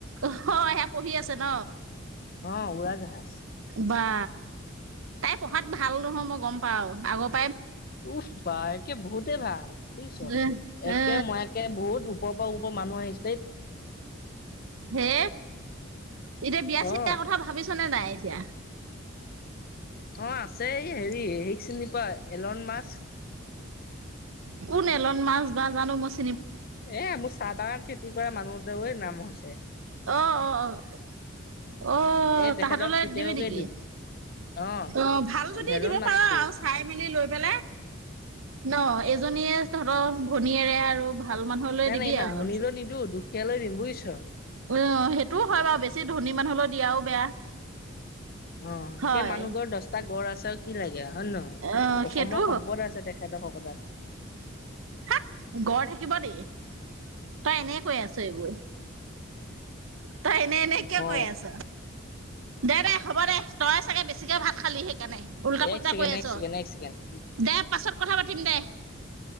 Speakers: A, on the right; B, on the left.
A: অহ ', সেয়া পঢ়ি আছে ন।
B: অহ ', উৰা জাহাজ।
A: বা তাই পঢ়াত ভাল নহয় মই গম পাও আগত
B: উফ, পা একে বহুতে ভা বুজিছ
A: এ
B: একে
A: এ
B: মই একে বহুত ওপৰৰ পৰা। মানুহ আহিছ।
A: হে, এতিয়া বিয়া চিয়া
B: অ
A: কথা ভাবিছনে নাই? তিয়া।
B: অহ ', আছে এই হেৰি হেৰীক চিনি পোৱা এলন মাছ।
A: কোন এলন মাছ। জা জানো মোচ।
B: এ মোৰ চাদাৰ খেতি কৰা মানুহ দবৈ নাম মোহচ। ছে।
A: অহ ',- অহ ',- অহ ',- অহ
B: এই
A: ',
B: তেখেতৰ
A: তাহতলৈ
B: পিতেককে
A: দিবি নেকি,
B: দিম অ
A: অহ ', ভাল যদি
B: ভেলন
A: দিব
B: মাছকুট
A: পাৰ আৰু চাই মেলি লৈ পেলাই ন? এজনীয়ে তহঁতৰ ভনীয়েৰে আৰু। ভাল মানুহলৈ
B: নাই-
A: দিবি
B: নাই ইমান
A: আৰু
B: ধনী লৈ নিদো দো কেলৈ দিম বুই চ।
A: অহ ', সেইটোও হয় বাৰু বেছি ধনী মানুহ হলেও দিয়াও। বেয়া
B: অহ ',
A: হয়
B: সেই মানুহ ঘড দচটা গড় আছে আৰু কি লাগে হয় নে নহয়,
A: অ
B: অসমৰ
A: সেইটো
B: সম্পদ আছে তেখেতক। শুদাক।
A: হাত গড় থাকিব ই, তই এনে কৈ আছ এইবোৰ তই এনে - এনে কিয়
B: অ
A: কৈ আছ? দে- দে হ'ব দে, তই। চাগে বেছিকে ভাত খালি সেইকাৰণে উল্টা-ফুল্টা
B: এক ছেকেণ্ড
A: কৈ আছ,
B: এক ছেকেণ্ড এক ছেকেণ্ড
A: দে পাছত কথা পাতি। পাতিম দে।